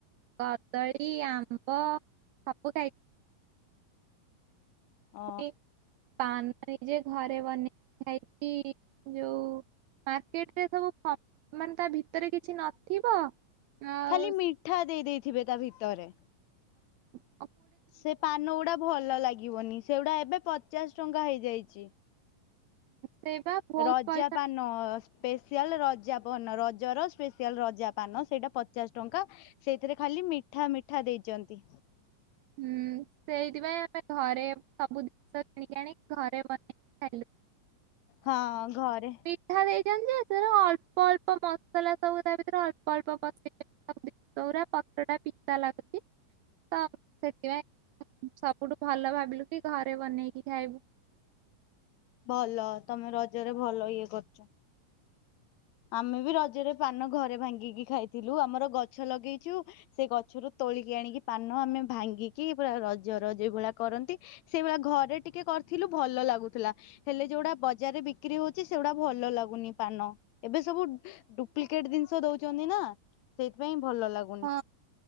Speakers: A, on the right (about 85°); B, on the left (about 90°).
A: କଦଳୀ, ଆମ୍ବ ସବୁ ଖାଇଚି।
B: ଅ
A: ପୁଣି ପାନ ନିଜେ ଘରେ ବନେଇ ଖାଇଚି ଯୋଉ ମାର୍କେଟ ରେ ସବୁ ପ ମାନେ ତା ଭିତରେ କିଛି ନଥିବ ଆଉ
B: ଖାଲି ମିଠା ଦେଇ ଦେଇେଥିବେ ତା ଭିତରେ।
A: ହଁ ହଁ।
B: ସେ ପାନ ଗୁଡା ଭଲ ଲାଗିବନି। ସେଗୁଡା ଏବେ ପଚାଶ ଟଙ୍କା ହେଇଯାଇଛି।
A: ସେଇବା ବହୁତ
B: ରଜା
A: ପଇସା
B: ପାନ ନ ସ୍ପେଶିଆଲ ରଜା ପାନ ରଜର ସ୍ପେସିଆଲ ରଜା ପାନ ସେଇଟା ପଚାଶ ଟଙ୍କା। ସେଇଥିରେ ଖାଲି ମିଠା ମିଠା ଦେଇଛନ୍ତି।
A: ହୁଁ ସେଇଥିପାଇଁ ଆମେ ଘରେ ସବୁ ଜିନିଷ କିଣିକି ଆଣି ଘରେ ବନେଇକି ଖାଇଲୁ।
B: ହଁ ଘରେ।
A: ଯାହା ଦେଇଛନ୍ତି ଯେ ଅଳ୍ପ ଅଳ୍ପ ମସଲା ସବୁ ତା ଭିତରେ ଅଳ୍ପ ଅଳ୍ପ ପସି <unintelligible> ଶେଗୁରା ପତ୍ର ଟା ପିତା ଲାଗୁଚି। ତ ସେଥିପାଇଁ ସବୁଠୁ ଭଲ ଭାବିଲୁ କି ଘରେ ବନେଇକି ଖାଇବୁ।
B: ଭଲ ତମେ ରଜରେ ଭଲ ଇଏ କରୁଛ। ଆମେ ବି ରଜରେ ପାନ ଘରେ ଭାଙ୍ଗିକି ଖାଇଥିଲୁ। ଆମର ଗଛ ଲଗେଇଛୁ। ସେ ଗଛରୁ ତୋଳିକି ଆଣିକି ପାନ ଆମେ ଭାଙ୍ଗିକି ପୁରା ରଜର ଯୋଉ ଭଳିଆ କରନ୍ତି ସେଇଭଳିଆ ଘରେ ଟିକେ କରିଥିଲୁ ଭଲ ଲାଗୁଥିଲା। ହେଲେ ଯୋଉଡା ବଜାରରେ ବିକ୍ରି ହଉଛି ସେଗୁଡା ଭଲ ଲାଗୁନି ପାନ। ଏବେ ସବୁ ଡୁପ୍ଲିକେଟ ଜିନିଷ ଦଉଛନ୍ତି ନା ସେଇଥିପାଇଁ ଭଲ ଲାଗୁ
A: ହଁ